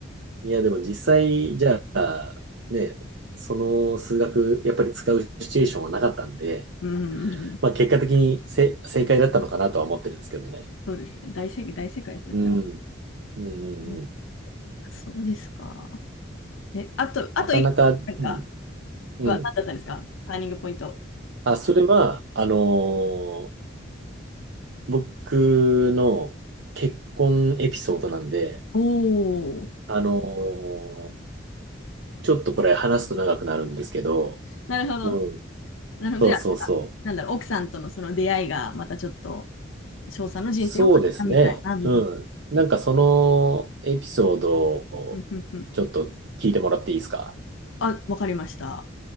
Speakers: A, on the right (about 60°); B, on the left (about 80°).
A: ん。いや、でも実際、じゃあ、ね、その数学、やっぱり使うシチュエーションはなかったんで、
B: うんうん。
A: まあ結果的にせ正解だったのかなとは思ってるんですけどね。
B: そうですね。大正解、大正解ですよ、
A: うん。
B: それは。
A: うんうんうん。
B: うん。そうですか。え、あと、あと一個、
A: なかなか、
B: なんか、
A: うん。うん。
B: は何だったんですかターニングポイント。
A: あ、それは、あのー僕の結婚エピソードなんで、
B: おお。
A: あのーちょっとこれ話すと長くなるんですけど、
B: なるほど。
A: うん。
B: なので、
A: そうそうそう。
B: じゃあ、なんか、なんだろう、奥さんとのその出会いが、またちょっと、翔さんの人生を変えたみたいな部分があるっていう。
A: そうですね。うん。なんかそのエピソードをちょっと聞いてもらっていいですか
B: うんうんうんあ、わかりました。